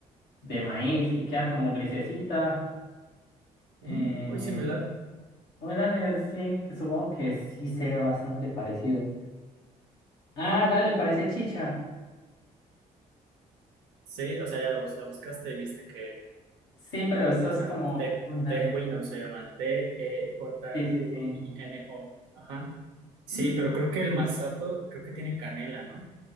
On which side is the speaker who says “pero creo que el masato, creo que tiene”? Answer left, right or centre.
Right